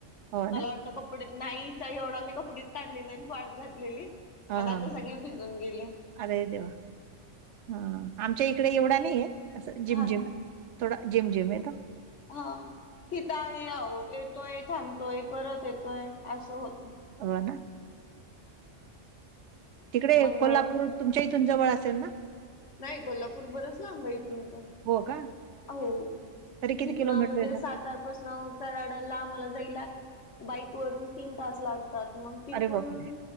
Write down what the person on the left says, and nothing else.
मला
वाटत का कपडे नाहीचा एवढा मी कपडेच काढले नाहीत वाळत घातलेली
आणि
आता
सगळे भिजून गेले.
हा
ना
हा तिथ आ आह येतोय थांबतोय परत येतोय असं होत.
मग
नाही कोल्हापूर बरच लांबा इथून पण.
हो
इतन
म्हणजे
सातारपासन कराड ला आ मला जायला बाईक वरून तीन तास लागतात मग तिथून